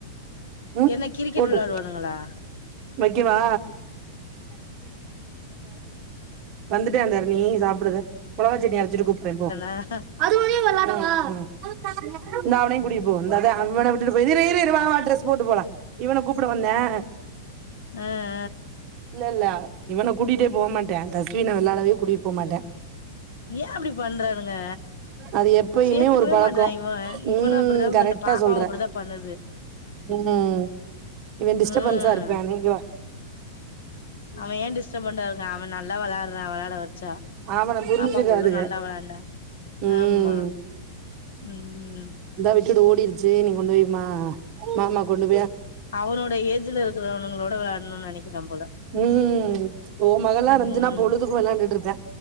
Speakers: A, on the right; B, on the left.
A: ம்
B: என்ன கிரிக்கெட்
A: போட்டு
B: வெளாடுவானுங்களா
A: வக்கவா வந்துட்டே அந்தாரு நீ சாப்பிடுத மொளகாச் சட்னி அரைச்சிட்டு கூப்புட்றேன் போ
B: ஆஹ
A: ம் ம் இந்தா அவனையும்
B: ம்
A: கூட்டிட்டுப் போ வந்தாதேன் அவனை விட்டுட்டு போயிதே இரு இரு வா வா ட்ரெஸ் போட்டு போலாம் இவனை கூப்புட வந்தேன்
B: அ
A: இல்லல்ல இவன கூடிட்டே போ மாட்டா தஸ்வீன விளாடவே கூட்டிட் போ மாட்டா
B: ஏ அப்டி பண்றானுங்க
A: அது எப்பயுமே
B: சேத்துகவே
A: ஒரு பழக்கம்
B: மாட்றா இவன இவனு
A: ம்
B: அப்படிதா
A: கரெக்டா
B: இந்த பாப்பாவு
A: சொல்ற
B: அப்படிதா பண்ணுது
A: ம் இவே டிஸ்டபன்ஸா
B: ம்
A: இருப்பா நீங்க
B: அவயே டிஸ்டபண்டா இருக்கா அவன் நல்லா விளாட்றா விளாட விடு ச்சா
A: அவன புரிஞ்சுக்காதுக
B: பாப்பா கூள்ள நல்லா விளாண்டா
A: ம்
B: ஆமா ம்
A: இந்தா விட்டுட்டு ஓடிருச்சே நீ கொண்டு போய் மா மாமா கொண்டு
B: அவனோட ஏஜ்ல இருக்கிறவனுங்களோட விளாடணுனு நினைக்கிறா போல
A: ம் ஓமகள்லா
B: ம்
A: இருந்துசுனா பொழுதுக்கு‌ விளாண்ட்டு இருப்பா